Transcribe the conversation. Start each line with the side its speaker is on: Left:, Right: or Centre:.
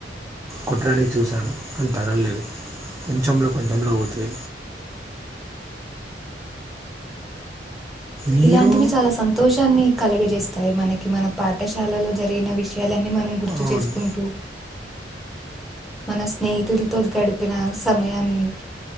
Right: కుట్టడానికి చూశాను కానీ తగల్ లేదు కొంచెంలో కొంచెంలో పోతది మీరు
Centre: ఇలాంటివి చాలా సంతోషాన్ని కలగజేస్తాయి మనకి మన పాఠశాలలో జరిగిన విషయాలన్నీ మనం గుర్ గుర్తు
Right: అవును
Centre: చేసుకుంటూ మన స్నేహితులతో గడిపిన సమయాన్ని